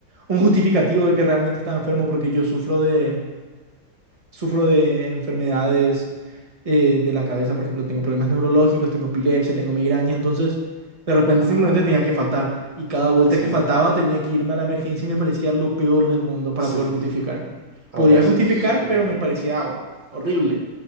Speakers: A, on the right (about 30°); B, on the right (about 75°).
A: un justificativo de que realmente estaba enfermo porque yo sufro de, Sufro de enfermedades eh, de la cabeza, por ejemplo, tengo problemas neurológicos, tengo epilepsia, tengo migraña, entonces de repente
B: Ah,
A: simplemente tenía que faltar y cada vuelta
B: sí,
A: que faltaba tenía que irme a la emergencia y me parecía lo peor del mundo para
B: sí,
A: poder justificar.
B: habrá
A: Podía
B: sido
A: justificar,
B: súper,
A: pero me parecía hor- horrible.